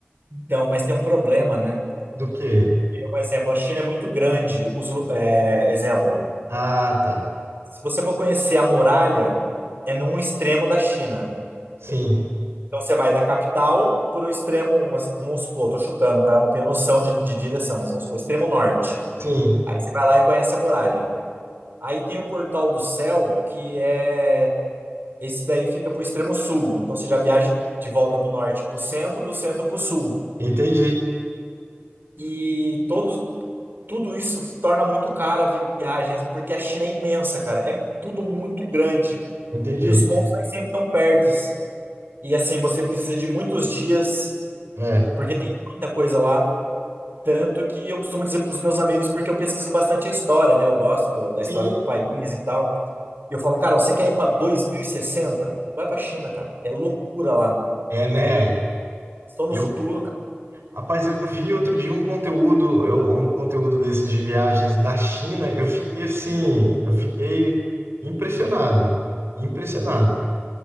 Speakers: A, on the right (about 55°); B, on the right (about 85°).
A: Então, mas tem um problema, né?
B: Do que?
A: Por exemplo, a China é muito grande. Os, é, exemplo.
B: Ah, tá.
A: Se você for conhecer a muralha, é num extremo da China.
B: Sim,
A: Então você vai da capital para o extremo, vamos supor, tô chutando, tá? Não tenho noção de, de direção, mas vamos supor, extremo norte.
B: sim,
A: Aí você vai lá e conhece a muralha. Aí tem o Portal do Céu, que é. Esse daí fica pro extremo sul. Então você já viaja de volta do norte pro centro, do centro pro sul.
B: entendi,
A: E todo, tudo isso torna muito cara a vi- viagem, porque a China é imensa, cara. É tudo muito grande.
B: entendi.
A: E os pontos aí sempre estão perto. E assim, você precisa de muitos dias,
B: É,
A: porque tem muita coisa lá. Tanto que eu costumo dizer para os meus amigos, porque eu pesquiso bastante a história, né? Eu gosto do- da história
B: sim,
A: do país e tal. E eu falo, cara, você quer ir para dois mil e sessenta Vai para a China, cara. É loucura lá.
B: é, né?
A: estão no
B: Eu
A: futuro, cara.
B: Rapaz, eu vi outro dia um conteúdo, eu- um conteúdo desses de viagens da China, eu fiquei assim, eu fiquei impressionado, impressionado,